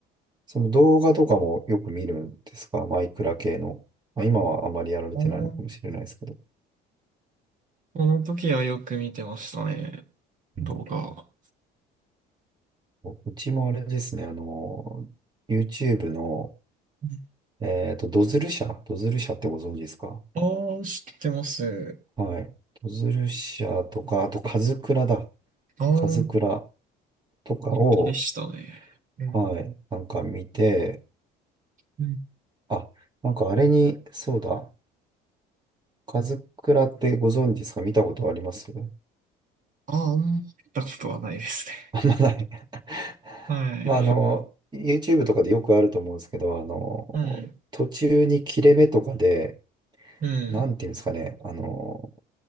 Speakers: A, on the right; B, on the right.
A: その動画とかもよく見るんですかマイクラ系の。まあ、今はあまりやられてないのかもしれないですけど。
B: おー、この時はよく見てましたね。
A: うん
B: 動画。
A: うちもあれですね、あの、YouTube の、
B: うん
A: えっと、ドズル社、ドズル社ってご存知ですか
B: あー、知ってます。
A: はい。ドズル社とか、あと、カズクラだ。
B: あー、
A: カズクラとかを、
B: 人気でしたね。うん。
A: はい、なんか見て、
B: うん
A: あ、なんかあれに、そうだ、カズクラってご存知ですか見たことあります
B: ああ、行ったことはないですね。
A: あんまない。<laughs>
B: はい。
A: まあ、あの、YouTube とかでよくあると思うんですけど、あの、
B: うん。
A: 途中に切れ目とかで、
B: うん。
A: なんていうんですかね、あの、